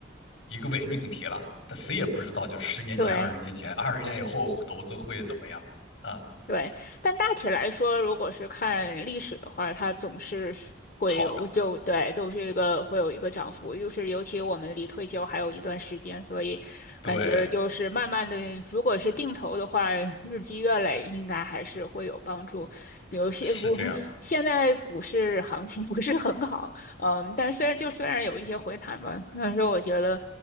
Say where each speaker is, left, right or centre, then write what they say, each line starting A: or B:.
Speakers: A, on the left; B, on the left.
A: 一个伪命题了，但谁也不知道，就是十年前、
B: 对。
A: 二十年前、二十年以后投资会怎么样啊？
B: 对，但大体来说，如果是看历史的话，它总是是会有就对，
A: 好的，
B: 都是一个会有一个涨幅，就是尤其我们离退休还有一段时间，所以感觉就是慢慢的，
A: 对，
B: 如果是定投的话，日积月累应该还是会有帮助。比如现不现现在股市行情
A: 是这样，
B: <laughs> 不是很好，嗯，但是虽然就虽然有一些回弹吧，但是我觉得，